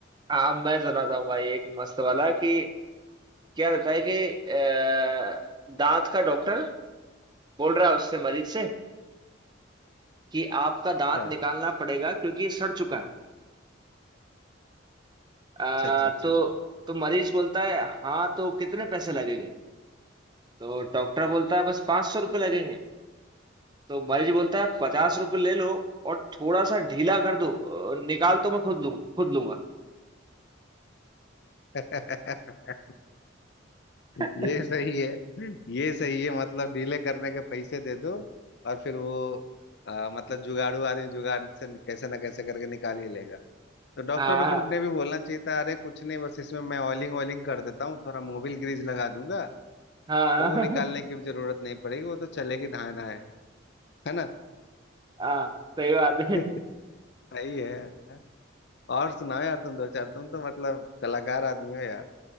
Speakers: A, on the right; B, on the left.
A: हाँ मैं सुनाता हूँ भाई एक मस्त वाला कि क्या रहता है कि अ, दांत का डॉक्टर बोल रहा है उससे मरीज से कि आपका दांत
B: अच्छा
A: निकालना पड़ेगा क्योंकि ये सड़ चुका है अ,
B: अच्छा अच्छा अच्छा
A: तो तो मरीज बोलता है हाँ तो कितने पैसे लगेंगे तो डॉक्टर बोलता है बस पाँच सौ रुपये लगेंगे तो मरीज बोलता है पचास रुपये ले लो और थोड़ा सा ढीला कर दो अ, निकाल तो मैं खुद लूँ खुद लूंगा
B: <laughs>
A: <laughs>
B: ये सही है ये सही है मतलब डीले करने के पैसे दे दो और फिर वो आ, मतलब जुगाड़ू आदमी जुगाड़ से कैसे ना कैसे करके निकाल ही लेगा तो डॉक्टर
A: हाँ
B: को- ने भी बोलना चाहिए था अरे कुछ नहीं बस इसमें मैं ऑयलिंग ऑयलिंग कर देता हूँ थोड़ा मोबिल ग्रीज लगा दूंगा
A: हाँ
B: तो वो निकालने की भी जरूरत नहीं पड़ेगी वो तो चलेगी धाए धाए है ना
A: हाँ सही बात है
B: <laughs> सही है और सुनाओ यार तुम दो चार तुम तो मतलब कलाकार आदमी हो यार